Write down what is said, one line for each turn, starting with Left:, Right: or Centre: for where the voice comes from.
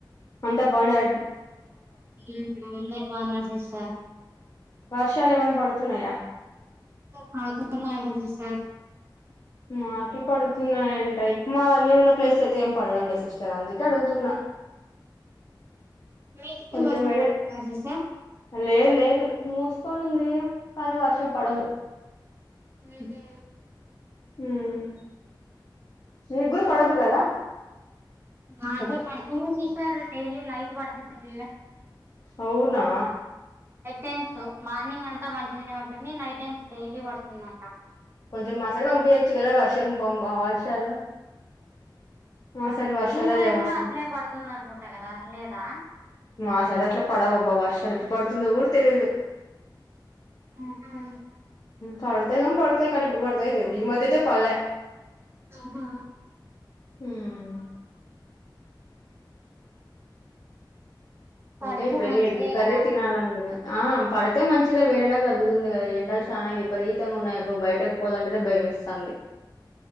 Left: అంతా బాగుండర
Right: ఉమ్ అందరూ బాగున్నారు సిస్టర్
Left: వర్షాలు ఏమైనా పడుతున్నాయా
Right: కాకన్నాంట సిస్టర్
Left: మాకి పడుతున్నాయంట ఇక్ మా నేనున్న ప్లేస్ అయితే ఏం పడడం లేదు సిస్టర్ అందుకే అడుగుతున్నా
Right: మీ
Left: కొంచెం
Right: వర్షం
Left: వేడి
Right: పడుతుందా సిస్టర్
Left: లేదు లేదు మూసుకోనింది కానీ వర్షం పడదు
Right: ఉహూ
Left: ఉం మీ కూడా పడద్దు కదా
Right: మాకు పడుతుంది సిస్టర్ డైలీ నైట్ పడుతుంది ఇడ
Left: అవునా
Right: టైమ్స్ మార్నింగ్ అంత మంచిగానే ఉంటుంది నైట్ టైమ్స్ డైలీ పడుతుందంట
Left: కొంచం మా సైడ్ పంపియచ్చు కదా వర్షం పం వర్షం వర్షాలు మా సైడ్ వర్షాలే
Right: మీ సైడ్
Left: లేవు
Right: కూడా
Left: అసలు
Right: అట్లే పడుతుందనుకుంటా కదా లేదా
Left: మా సైడ్ అట్లా పడవబ్బా వర్షాలు ఎప్పుడు పడుతుందో కూడా తెలీదు.
Right: ఆహా
Left: పడుతాయి కం బడుతాయి కనీ ఎప్పుడు బడుతాయిదేవు దీ ఈ మధ్యతే పల్లే
Right: ఉహు
Left: ఉమ్
Right: పడితే
Left: అంటే ఇప్పుడు ఎల్లీ
Right: మంచిదే
Left: ఎగ్గు కర్రే
Right: కదా
Left: తినాలా మీరు ఆ పడితే మంచిదే వేడైనా తగ్గుతుంది కదా ఎండాలు చానాయి విపరీతంగా ఉన్నాయి అబ్బో బయటకు పోవాలంటేనే భయం వేస్తంది